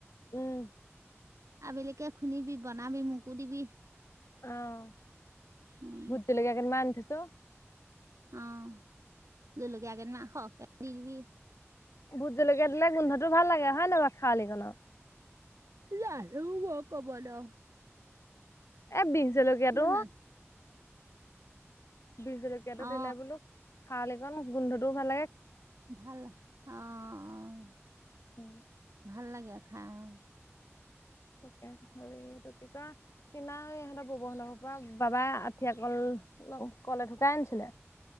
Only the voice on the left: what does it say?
উম।
অ'
ভূট জলকীয়া কেইদমান আনি থৈছো।
ভূত জলকীয়া দিলে গোন্ধটো ভাল লাগে হয় নাই বাও খাৱালি কানত?
এ, বি জলকীয়াটো,
বি জলকীয়াটো
দিলে বোলো খাৱালি কন গন্ধটো ভালে
অ
তাকে, এইটো কি কয় কিমান ইহঁতৰ বৱৰ হতৰ ঘৰৰ পৰা বাবাই আঠিয়া কল। হেল্ল কল এথোকাই আনিছিলে।